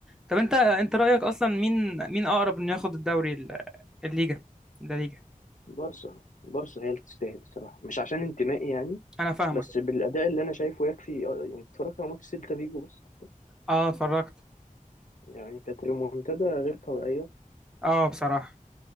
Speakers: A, in the centre; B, on the left.
A: طب انت انت رايك اصلا مين مين اقرب انه ياخد الدوري ال- الليجا ده ليجا
B: بارسا بارسا هي اللي تستاهل الصراحه مش عشان انتمائي يعني
A: انا فاهمك
B: بس بالاداء اللي انا شايفه يكفي آه، يعني اتفرجت على ماتش سيلتا فيجو بس حتى
A: اه اتفرجت
B: يعني كانت ريمونتادا غير طبيعيه
A: اه بصراحه